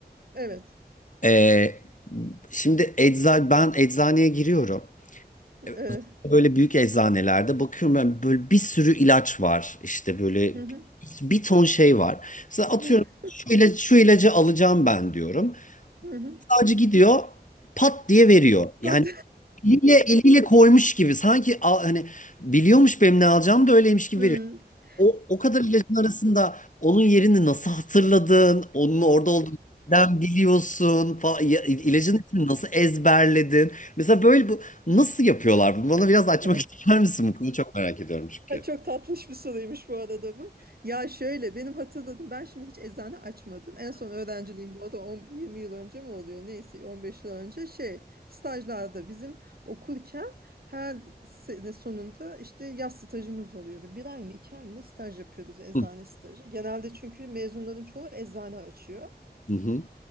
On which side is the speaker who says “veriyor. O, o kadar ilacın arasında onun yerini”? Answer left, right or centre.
Left